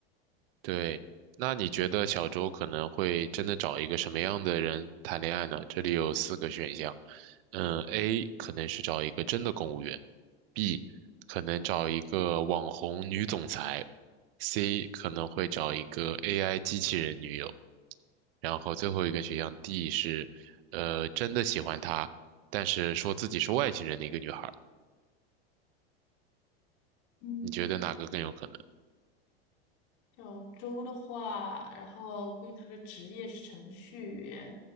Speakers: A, on the right (about 65°); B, on the left (about 55°).
A: 对，那你觉得小周可能会真的找一个什么样的人谈恋爱呢？这里有四个选项，嗯，A 可能是找一个真的公务员，B 可能找一个网红女总裁，C 可能会找一个 AI 机器人女友，然后最后一个选项 D 是，呃，真的喜欢他，但是说自己是外星人的一个女孩儿
B: 嗯。
A: 你觉得哪个更有可能？
B: 小周的话，然后关于他的职业是程序员，